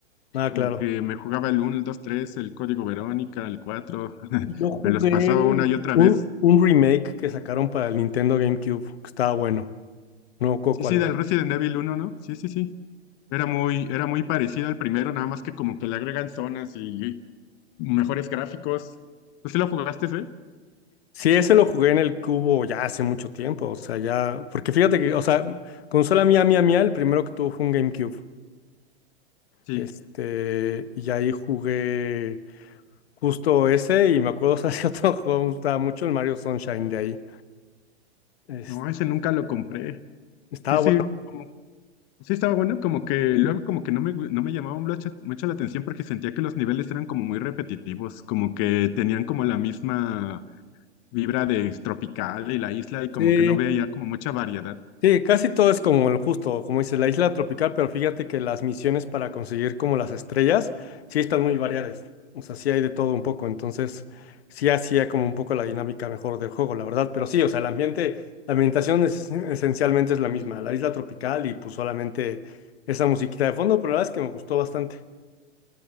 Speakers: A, on the left (about 65°); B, on the left (about 35°).
A: Ah,
B: como
A: claro.
B: que me jugaba el uno el 2 3 el Código Verónica, el 4 <laughs>
A: Yo jugué
B: me los pasaba una y otra
A: un,
B: vez.
A: un remake que sacaron para el Nintendo GameCube, que estaba bueno. No me acuerdo
B: Sí,
A: cuál
B: sí,
A: era.
B: del Resident Evil uno ¿no? Sí, sí, sí. Era muy, era muy parecido al primero, nada más que como que le agregan zonas y mejores gráficos. ¿Tú sí lo jugaste, eh?
A: Sí, ese lo jugué en el cubo ya hace mucho tiempo, o sea, ya, porque fíjate que, o sea, consola mía, mía, mía, el primero que tuvo fue un GameCube,
B: Sí.
A: este, y ahí jugué justo ese, y me acuerdo, o sea, <laughs> si otro juego me gustaba mucho, el Mario Sunshine de ahí, Es-
B: No, ese nunca lo compré.
A: estaba
B: Sí, sí,
A: bueno,
B: como- sí estaba bueno, como que luego como que no me, gu- no me llamaba mucho, mucho la atención porque sentía que los niveles eran como muy repetitivos, como que tenían como la misma vibra de tropical y la isla y como
A: sí,
B: que no veo ya como mucha variedad.
A: Sí, casi todo es como el justo, como dices, la isla tropical, pero fíjate que las misiones para conseguir como las estrellas sí están muy variadas. O sea, sí hay de todo un poco, entonces sí hacía como un poco la dinámica mejor del juego, la verdad. Pero sí, o sea, el ambiente, la ambientación es- esencialmente es la misma, la isla tropical y pues solamente esa musiquita de fondo, pero la verdad es que me gustó bastante.